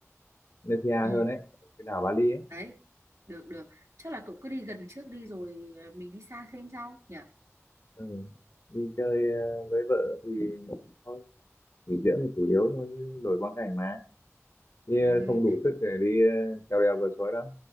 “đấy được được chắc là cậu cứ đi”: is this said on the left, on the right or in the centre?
Right